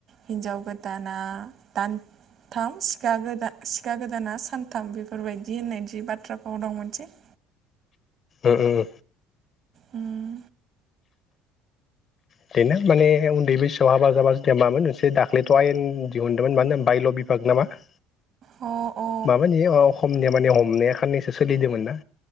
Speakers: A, on the right; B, on the left.
A: हिन्जाव गोदाना दान थाम सिखा गोदा सिखा गोदाना सानथाम बेफोरबायदि होननाय जि बाथ्राफोराव दं मोनसे <unintelligible>
B: उम-उम।
A: उम।
B: <unintelligible> माने उन्दै बैसोआव हाबा जाबा जुदिया मामोन मोनसे दाख्लैथ' आयेन दिहुनदोंमोन मानो होन बायल'बि <unintelligible>
A: अ अ
B: माबानि ओ अखमनिया माने हमनाया खनैसो सोलिदोंमोन ना